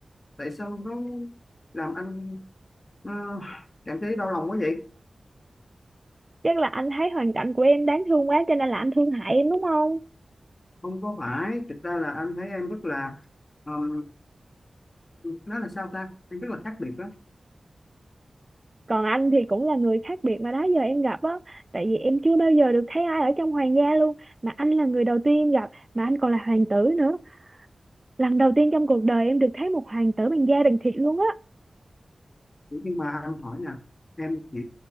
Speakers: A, on the left (about 35°); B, on the right (about 25°).
A: tại sao nó làm anh ờ, cảm thấy đau lòng quá vậy
B: Chắc là anh thấy hoàn cảnh của em đáng thương quá cho nên là anh thương hại em đúng không?
A: không có phải thực ra là anh thấy em rất là ờm, nó là sao ta em rất là khác biệt đó
B: còn anh thì cũng là người khác biệt mà đó giờ em gặp á tại vì em chưa bao giờ được thấy ai ở trong hoàng gia luôn mà anh là người đầu tiên em gặp mà anh còn là hoàng tử nữa lần đầu tiên trong cuộc đời em được thấy một hoàng tử bằng da bằng thịt luôn á
A: nhưng mà anh hỏi nè em chỉ